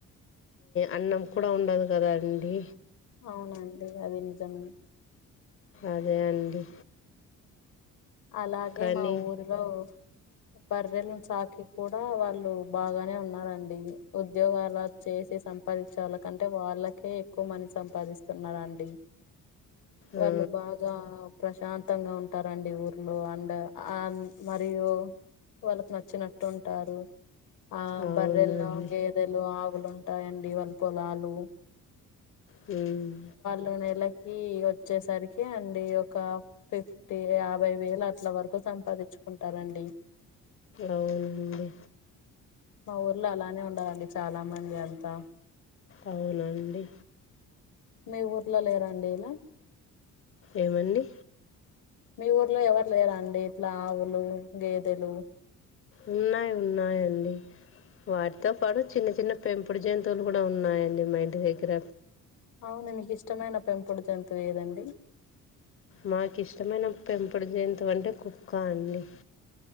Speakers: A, on the left; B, on the left.
A: అన్నం కూడా ఉండదు కదా అండి
B: అవునండి అది నిజమే
A: అదే అండి
B: అలాగే
A: కానీ
B: మా ఊరిలో బర్రెలను సాకి కూడా వాళ్ళు బాగానే ఉన్నారండి ఉద్యోగాల చేసి సంపాదించే వాళ్ళకంటే వాళ్ళకే ఎక్కువ మని సంపాదిస్తున్నారండి వాళ్ళు
A: ఆ,
B: బాగా ప్రశాంతంగా ఉంటారండి ఊర్లో అండ్ అ మరియు వాళ్ళకు నచ్చినట్టు ఉంటారు ఆ
A: అవునండి
B: బర్రెల్లో గేదెలు ఆవులు ఉంటాయండి వాళ్ళ పొలాలు
A: హ్మ్
B: ఒక నెలకి వచ్చేసరికి అండి ఒక ఫిఫ్టీ యాభై వేలు అట్ల వరకు సంపాదించుకుంటారండి
A: అవునండి
B: మా ఊర్లో అలానే ఉండాలండి చాలా మంది అంతా
A: అవునండి
B: మీ ఊర్లో లేరండి ఇలా
A: ఏమండి
B: మీ ఊర్లో ఎవరు లేరా అండి ఇట్లా ఆవులు గేదెలు
A: ఉన్నాయి ఉన్నాయిండి వాటితో పాటు చిన్న చిన్న పెంపుడు జంతువులు కూడా ఉన్నాయండి మా ఇంటి దగ్గర
B: అవును మీకు ఇష్టమైన పెంపుడు జంతువు ఏదండి
A: మాకి ఇష్టమైన పెంపుడు జంతువు అంటే కుక్కా అండి